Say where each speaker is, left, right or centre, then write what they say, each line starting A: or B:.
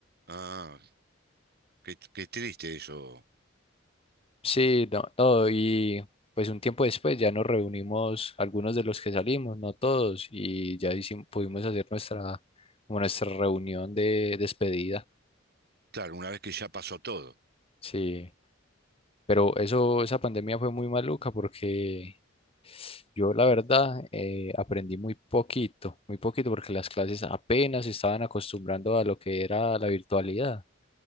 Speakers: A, on the right (about 55°); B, on the left (about 30°).
A: Ah, qué, qué triste eso.
B: Sí, no, no, y pues un tiempo después ya nos reunimos algunos de los que salimos, no todos, y ya hicim- pudimos hacer nuestra, como nuestra reunión de despedida.
A: Claro, una vez que ya pasó todo.
B: Sí, pero eso, esa pandemia fue muy maluca porque yo la verdad eh, aprendí muy poquito, muy poquito porque las clases apenas se estaban acostumbrando a lo que era la virtualidad.